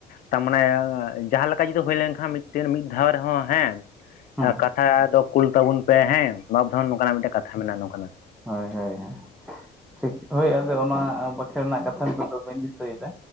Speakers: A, on the left; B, in the centre.
A: ᱛᱟ ᱢᱟᱱᱮ ᱡᱟᱦᱟᱸ ᱞᱮᱠᱟ ᱡᱩᱫᱤ ᱦᱳᱭ ᱞᱮᱱᱠᱷᱟᱱ ᱢᱤᱫᱴᱤᱱ ᱢᱤᱫ ᱫᱷᱟᱣ ᱨᱮᱦᱚᱸ ᱦᱮᱸ
B: ᱦᱩᱸ
A: ᱮᱸ ᱠᱟᱛᱷᱟ ᱫᱚ ᱠᱩᱞ ᱛᱟᱵᱩᱱ ᱯᱮ ᱦᱮᱸ ᱵᱟᱵᱫᱷᱚᱱ ᱱᱚᱝᱠᱟᱱᱟᱜ ᱢᱤᱫᱴᱮᱜ ᱠᱟᱛᱷᱟ ᱢᱮᱱᱟᱜᱼᱟ ᱱᱚᱝᱠᱟᱱᱟᱜ
B: ᱦᱳᱭ - ᱦᱳᱭ - ᱦᱳᱭ ᱴᱷᱤᱠ ᱦᱳᱭ ᱟᱫᱚ ᱚᱱᱟ ᱵᱟᱠᱷᱮᱬ ᱨᱮᱱᱟᱜ ᱠᱟᱛᱷᱟ ᱠᱚᱫᱚ ᱵᱟᱹᱧ ᱫᱤᱥᱟᱹᱭᱮᱫᱟ᱾